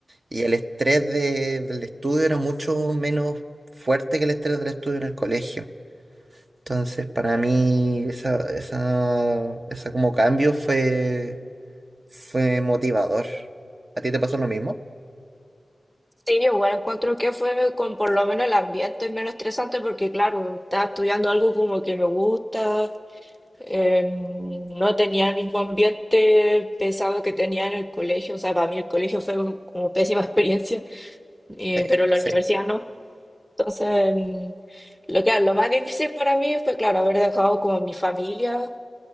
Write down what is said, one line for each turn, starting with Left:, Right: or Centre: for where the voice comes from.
Right: y el estrés de- del estudio era mucho menos fuerte que el estrés del estudio en el colegio. Entonces, para mí, esa, esa, esa como cambio fue, fue motivador. ¿A ti te pasó lo mismo?
Centre: Sí, yo igual encuentro que fue con por lo menos el ambiente menos estresante porque claro, estaba estudiando algo como que me gusta, eh, no tenía el mismo ambiente pesado que tenía en el colegio, o sea, para mí el colegio fue un- como pésima <laughs> experiencia, eh,
Right: Sí,
Centre: pero la
Right: sí.
Centre: universidad no. Entonces, mm, lo que, lo más difícil para mí fue, claro, haber dejado como mi familia